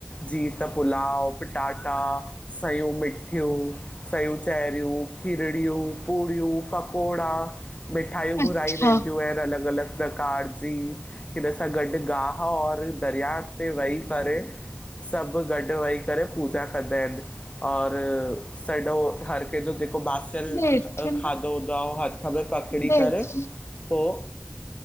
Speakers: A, on the left; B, on the left.
A: जीअं त पुलााव, पटाटा, सयूं मिठियूं सयूं चेरियूं, खीरड़ियूं, पूड़ियूं, पकोड़ा मिठाइयूं घुराइ
B: अच्छा
A: वेंदियूं आहिनि, अलॻि-अलॻि प्रकार जी हिन सां गॾु गाहु और दरिया ते वेही करे सभु गॾु वेही करे पूजा कंदा आहिनि और सॾो हर कंहिंजो जेको बासल
B: ॾेठ न
A: खाधो हूंदो आ, उहो हथ में पकड़ी
B: ॾेठ
A: करे पो,